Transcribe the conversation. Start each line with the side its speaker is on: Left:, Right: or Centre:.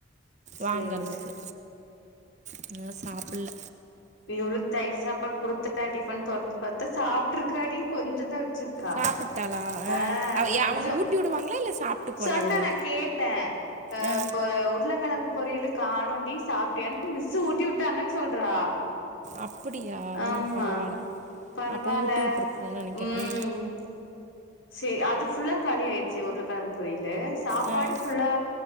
Left: சேரி
Right: வாங்கறதுக்கு
Left: சேரி
Right: அதனால சாப்புல்ல
Left: இ்வ்ளோ தயிர் சாப்பாடு குடுத்த டிஃபன் தொறந்து பாத்தா சாப்புட்ருக்காடி கொஞ்சந்தா வெச்சுருக்கா
Right: சாப்பிட்டாளா ஆ
Left: அ
Right: அவ
Left: கொஞ்சோ
Right: ஏ- அவங்க ஊட்டி விடுவாங்களா இல்லை சாப்பிட்டுக்குவாளா
Left: சொன்ன
Right: அவளே
Left: நா கேட்ட அ
Right: ஆ
Left: ப்போ உருளக்கெழங்கு பொரியில காணோண்டி சாப்புட்டியான் மிஸ்சு ஊட்டியுட்டாங்கன் சொல்றா
Right: அப்புடியா வோ
Left: ஆமா
Right: பரவால
Left: பரவால்ல
Right: அப்ப ஊட்டி வுட்டுருப்பாங்க நொனைக்கிற
Left: ம்
Right: அ
Left: சேரி அது ஃபுல்லா காலி ஆயிருச்சு உருளக்கெழங்கு பொரியிலு சாப்பாடு
Right: ஆ ஆ
Left: ஃபுல்லா